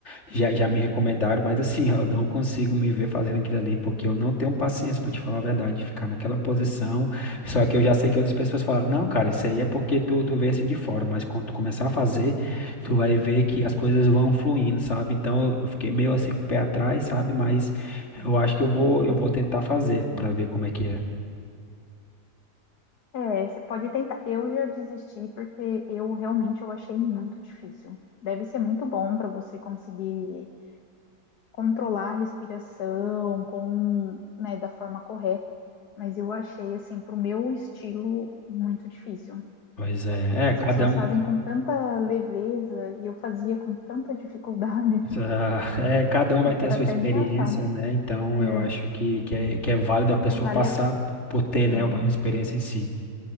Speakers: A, on the left; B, on the left.
A: já, já me recomendaram, mas assim, <laughs> eu não consigo me ver fazendo aquilo ali, porque eu não tenho paciência, para te falar a verdade, de ficar naquela posição. Só que eu já sei que outras pessoas falaram, não, cara, isso aí é porque tu, tu vê assim de fora, mas quando tu começar a fazer, tu vai ver que as coisas vão fluindo, sabe? Então eu fiquei meio assim com o pé atrás, sabe? Mas eu acho que eu vou, eu vou tentar fazer
B: né?
A: para ver como é que é.
B: É, você pode tentar. Eu já desisti porque eu realmente eu achei muito difícil. Deve ser muito bom para você conseguir controlar a respiração com, né, da forma correta, mas eu achei assim para o meu estilo muito difícil.
A: Pois é,
B: E
A: é, cada
B: as pessoas
A: um,
B: fazem com tanta leveza e eu fazia com tanta dificuldade.
A: <laughs> é, cada um
B: <laughs>
A: vai ter
B: Era
A: a sua
B: até
A: experiência,
B: engraçado.
A: né? Então
B: É,
A: eu acho que, que, é, que é válido a pessoa
B: mas vale,
A: passar
B: a-
A: por ter,
B: é,
A: né, uma experiência em si.